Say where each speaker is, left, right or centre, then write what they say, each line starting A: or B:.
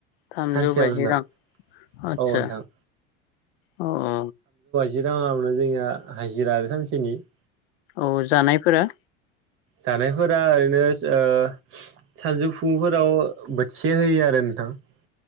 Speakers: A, on the left (about 80°); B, on the right (about 45°).
A: थामजौ
B: सानसेयाव
A: बाजि
B: जोंना
A: रां।
B: औ
A: आतसा
B: नोंथां
A: अ अ
B: जि राङावनो जोंनिया हाजिरा आरो सानसेनि ।
A: औ जानायफोरा
B: जानायफोरा ओरैनो ओ सानजौफुुंफोराव बोथिसे होयो आरो नोंथां ।